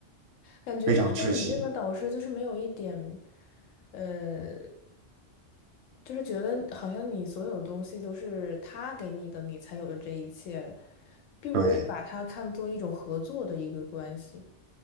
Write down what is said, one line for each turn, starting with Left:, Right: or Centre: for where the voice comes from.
Left: 感觉就是你这个导师就是没有一点，
Right: 非常窒息。
Left: 呃，就是觉得好像你所有东西都是他给你的，你才有的这一切，并不是把它看作一种合作的一个关系。
Right: 对